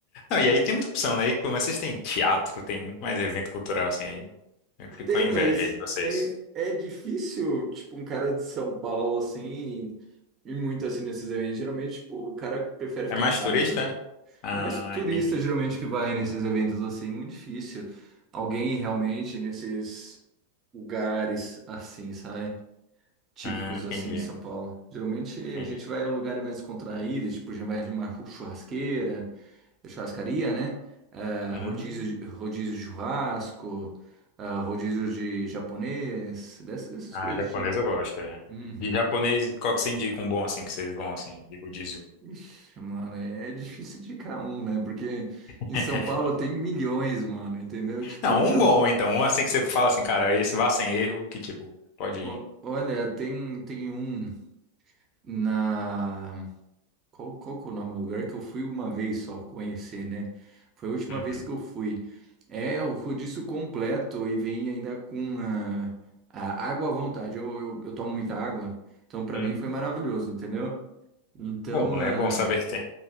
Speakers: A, on the left (about 40°); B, on the right (about 25°).
A: Não, e aí tem muita opção, né? E pelo menos vocês têm teatro, tem muito mais evento cultural assim aí. Eu fico
B: Tem,
A: com inveja
B: mas
A: aí de vocês.
B: né, é difícil, tipo, um cara de São Paulo, assim, e muito assim nesses eventos. Geralmente, tipo, o cara prefere ficar
A: É mais
B: em casa.
A: turista? é? Ah,
B: É mais turista
A: entendi.
B: geralmente que vai nesses eventos assim, é muito difícil. Alguém ir realmente nesses lugares assim, sabe? Típicos
A: Ah, entendi.
B: assim de São Paulo. Geralmente a
A: Entendi.
B: gente vai a um lugar mais contraído, tipo, a gente vai numa churrasqueira, churrascaria, né? Ah,
A: Hum.
B: rodízio, de- rodízio de churrasco, ah, rodízio de japonês, dessas, dessas
A: Ah,
B: coisas
A: japonês
B: tipo.
A: eu gosto, é.
B: Uhum.
A: De japonês, qual que você indica um bom assim que vocês vão assim, de rodízio?
B: Ixi, mano, é é difícil indicar um, né? Porque
A: <laughs>
B: em São Paulo tem milhões, mano, entendeu? Tipo,
A: Não,
B: então,
A: um bom então, um assim que você fala assim, cara, esse vá sem erro, que tipo, pode
B: o-
A: ir.
B: olha, tem, tem um na. Qual, qual que é o nome do lugar que eu fui uma vez só conhecer, né? Foi a última
A: Uhum.
B: vez que eu fui. É o rodízio completo e vem ainda com a, a água à vontade. Eu, eu, eu tomo muita água, então pra
A: Uhum.
B: mim foi maravilhoso, entendeu? Então,
A: Bom, né?
B: ah,
A: Bom saber que tem.